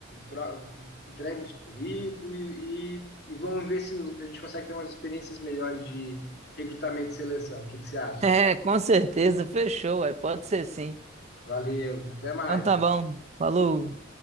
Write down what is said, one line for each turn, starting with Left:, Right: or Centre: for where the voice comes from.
Left: tro- entrega uns currículos e, e- e vamos ver se a gente consegue ter umas experiências melhores de recrutamento e seleção. O que que você acha?
Right: É, com certeza. Fechou, é. Pode ser sim.
Left: Valeu, até mais.
Right: Então tá bom. Falou.